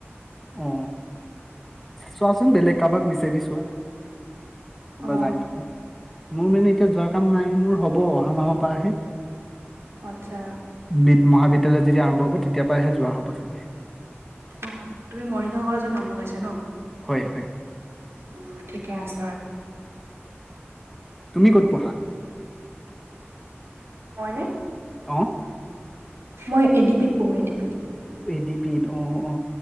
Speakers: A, in the centre; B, on the right.
A: অ চোৱাচোন বেলেগ কাৰোবাক বিচাৰি চোৱা? ক'বা
B: অ
A: যায় নেকি মোৰ মানে এতিয়া যোৱা কাম নাই মোৰ হ'ব অহা মাহৰ পৰাহে।
B: আচ্ছা।
A: বিদ মহাবিদ্যালয় যদি আৰম্ভ হ'ব তেতিয়াৰ পৰাহে যোৱা হ'ব চাগে।
B: অ তুমি মৰিগাঁও কলেজত নাম লগাইছা ন।
A: হয় হয়।
B: অ ঠিকে আছে বাৰু।
A: তুমি ক'ত পঢ়া?
B: মইনে?
A: অ।
B: মই এ ডি পিত পঢ়োঁ এ ডি পিত।
A: এডি পিত অ অ